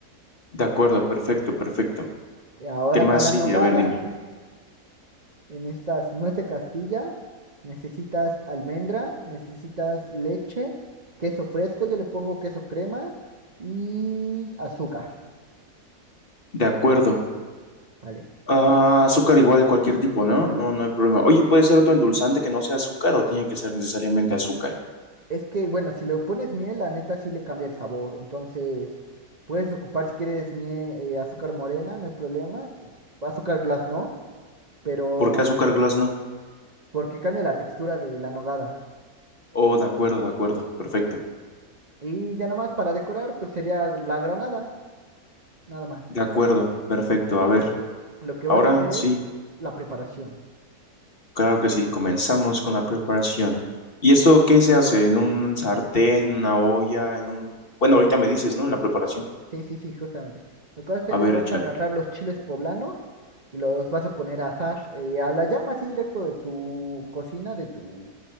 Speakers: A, on the left (about 40°); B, on the right (about 35°).
A: De acuerdo, perfecto, perfecto.
B: Ahora
A: ¿Qué más
B: para la
A: sigue?
B: nogada.
A: A ver, dime.
B: en estas nuez de Castilla, necesitas almendra, necesitas leche, queso fresco, yo le pongo queso crema y azúcar,
A: De acuerdo.
B: ¿vale?
A: Ah, azúcar igual, cualquier tipo, ¿no? No, no hay problema. Oye, ¿puede ser otro endulzante que no sea azúcar o tiene que ser necesariamente azúcar?
B: Es que, bueno, si le pones miel, la neta sí le cambia el sabor. Entonces, puedes ocupar si quieres mie- eh, azúcar morena, no hay problema. Azúcar glass no, pero
A: ¿Por qué azúcar glass no?
B: porque cambia la textura de la nogada.
A: Oh, de acuerdo, de acuerdo, perfecto.
B: Y ya nomás para decorar, pues sería la granada, nada más.
A: De acuerdo, perfecto. A ver,
B: Lo que
A: ahora
B: vas a hacer,
A: sí.
B: la preparación.
A: Claro que sí, comenzamos con la preparación. ¿Y esto qué se hace? ¿En un sartén, en una olla, en un... Bueno, ahorita me dices, ¿no? En la preparación.
B: Sí, sí, sí, justamente. Lo que vas a
A: A
B: hacer es
A: ver,
B: vas
A: échale.
B: a agarrar los chiles poblanos y los vas a poner a asar eh, a la llama así directo de tu cocina, de tu